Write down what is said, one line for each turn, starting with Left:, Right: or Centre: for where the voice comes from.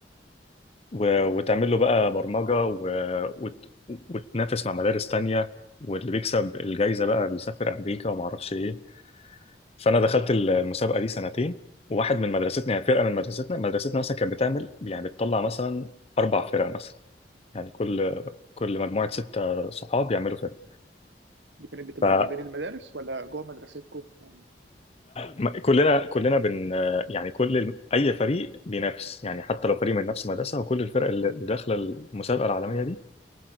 Left: و- وتعمل له بقى
Right: ما-
Left: برمجة و- وت- وتنافس مع مدارس تانية واللي بيكسب الجايزة بقى بيسافر أمريكا وما أعرفش إيه فأنا دخلت ال- المسابقة دي سنتين وواحد من مدرستنا يعني فرقة من مدرستنا مدرستنا مثلا كانت بتعمل يعني بتطلع مثلا أربع فرق مثلا يعني كل كل مجموعة ستة صحاب يعملوا فرقة
Right: دي كانت بتبقى
Left: فلا
Right: ما بين المدارس ولا جوه مدرستكم يعني
Left: م- كلنا كلنا بن يعني كل ال- أي فريق بينافس يعني حتى لو فريق من نفس المدرسة وكل الفرق اللي داخلة المسابقة العالمية دي